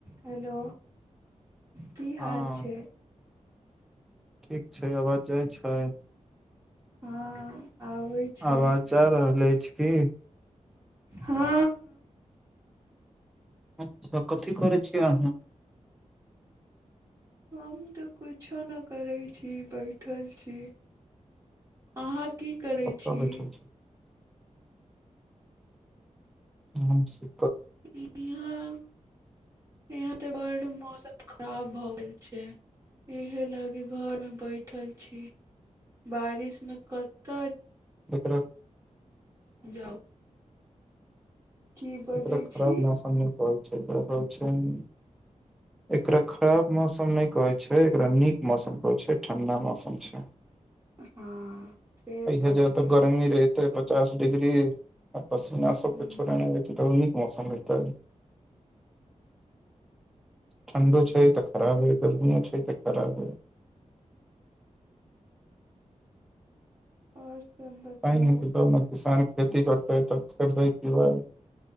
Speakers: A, on the right; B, in the centre.
A: hello की
B: हँ
A: हाल छै
B: ठीक छै आवाज जाइ छै
A: हँ आबै छै
B: आवाज जा रहल अछि की
A: हँ
B: अच्छा कथी करै छियै अहाँ
A: हम तऽ कुछो नहि करै छी बैठल छी अहाँ की करै
B: कतऽ
A: छी
B: बैठल हम से
A: इ-इहाँ यहाँ ते बड्ड मौसम खराब भऽ गेल छै इहे लगी घरमे बैठल छी बारिश मे कतय
B: एकरा
A: जाउ की बजै
B: एकरा खराब
A: छी
B: मौसम नहि एकरा खराब मौसम नहि कहै छै एकरा नीक मौसम कहै छै ठण्डा मौसम छै
A: हँ से
B: इहा जाह
A: छै
B: तऽ गरमी रहैत तें पचास डग्री पसीना
A: हुँ
B: सबके छोड़ेने - नीक मौसम हैतय ठण्डो छै तऽ खराब हइ गर्मी छै इ त खराब अइ
A: आओर तऽब बताउ
B: पानि हेतै तब ने किसान खेती करतै तऽ खेबै पिबैै